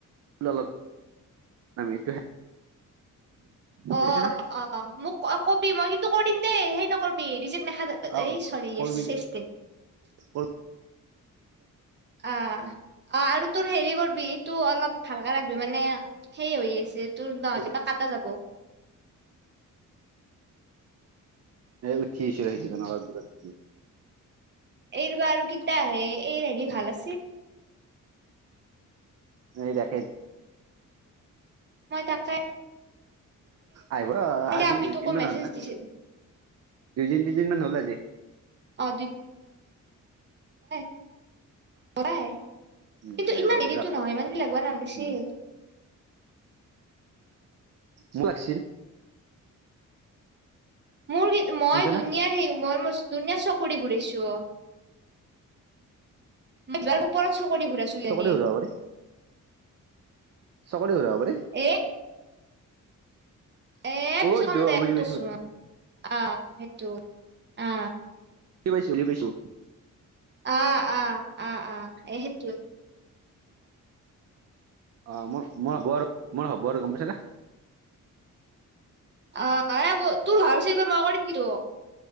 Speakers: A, on the right; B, on the right.
A: অল আমি এইটো বুজিছ
B: অ
A: না
B: অ মোক অ কবি মই কিন্তু কৰি দিম দেই সেই নকৰিবি ৰিজেক্ট নাখা
A: অ
B: এই চ
A: কৰবি
B: এচ এষ্টে
A: দে
B: অ অ আৰু তোৰ হেৰি কৰিবি তোৰ অলপ ভালকে লাগবি মানে হে হৈ আছে তোৰ নহ
A: এ
B: কিবা কাটা যাব
A: এই উঠছ থোক নাৰ দগ দি
B: এইবাৰ আৰু কিতা আহে এই হি ভাল আছে
A: এই দেখেই
B: মই তাকাই
A: আহিব আজি
B: আপিটোকো
A: দুইদিনমান
B: মেছেজ
A: হ'ল না
B: দিছিল
A: দুইদান তিনদিন মান হ'ল যে
B: অ কৰা কিন্তু
A: উম আহিব
B: ইমান
A: পাৰা
B: দেৰিতো নহয় ইমান দে লাগবা নালাগেছিল
A: উম মোক লাগছিল
B: মোৰ কি মই
A: শুনিছ
B: দুনীয়াৰ
A: না
B: সেই মই ম দুনীয়া চকৰি ঘুৰিছো ম বি ওপৰত চকৰি ঘূৰাইছো
A: চকতে
B: যেনে
A: ঘূৰাব পাৰি কৰে ৰব
B: এ এ
A: অ
B: পিছ কাম দে
A: বুজি
B: শুনটোছোন
A: পাইছো
B: আহ সেইটো অ
A: কি পাইছজি পাইছো
B: অ অ অ অ এই সেইটোৱে
A: অ মোৰ মই হ'ব আৰু মই হ'ব আৰু গম পাইছ ন
B: অ মই তোৰ ভৰ পিচব মই কৰিম কি তো